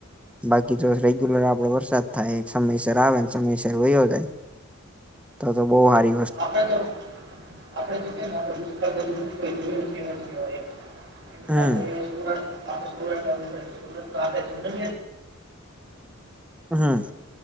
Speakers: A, in the centre; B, on the right (about 55°).
A: બાકી જો રેગ્યુલર આપડે વરસાદ થાય સમયસર આવે ને સમયસર વયોયો જાય. તો તો બહુ હારી
B: આપડે તો આપડે તો કેને દુષ્કાળ બધું <unintelligible>
A: હમ
B: આપડે સૌરાષ્ટ્ર આપણે સૌરાષ્ટ્ર માં જોઈએ તો સૌરાષ્ટ્રમાં આપડે <unintelligible> આપડ આપણે
A: હમ